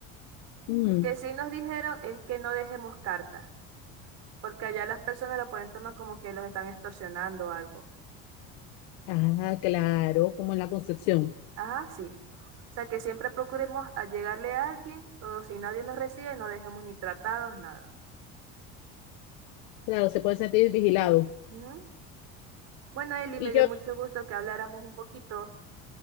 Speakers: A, on the left; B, on the right.
A: Mm.
B: Lo que sí nos dijeron es que no dejemos carta, porque allá las personas lo pueden tomar como que los están extorsionando o algo.
A: Ah, claro, como en la Concepción.
B: Ajá, sí. O sea que siempre procuremos a llegarle a alguien, o si nadie nos recibe, no dejemos ni tratados, nada.
A: Claro, se puede sentir vigilado.
B: Ujú. Bueno, Eli,
A: Y
B: me
A: yo,
B: dio mucho gusto que habláramos un poquito.